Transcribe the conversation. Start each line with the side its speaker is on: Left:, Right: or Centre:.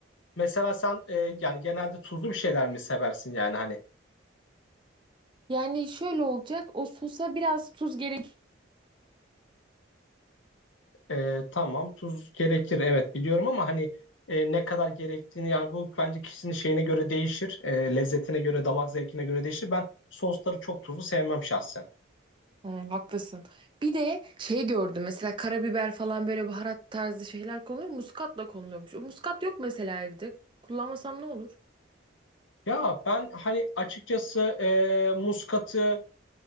Left: Mesela sen e, yani genelde tuzlu bir şeyler mi seversin yani hani
Right: yani şöyle olacak. O sosa biraz tuz gerekiyor.
Left: E, tamam tuz gerekir evet biliyorum ama hani e, ne kadar gerektiğini yani bu bence kişinin şeyine göre değişir. E, lezzetine göre, damak zevkine göre değişir. Ben sosları çok tuzlu sevmem şahsen.
Right: Hmm, haklısın. Bir de şey gördüm mesela karabiber falan böyle baharat tarzı şeyler konuluyor. Muskatla konuluyormuş. O muskat yok mesela evde. Kullanmasam ne olur?
Left: Ya ben hani açıkçası e, muskatı